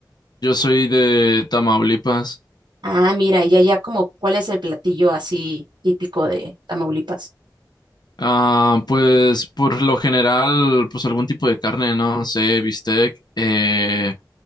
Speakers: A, on the left (about 70°); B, on the right (about 80°).
A: Yo soy de Tamaulipas.
B: Ah, mira, y allá como, ¿cuál es el platillo así típico de Tamaulipas?
A: Ah, pues por lo general, pues algún tipo de carne, no sé, bistec, eh,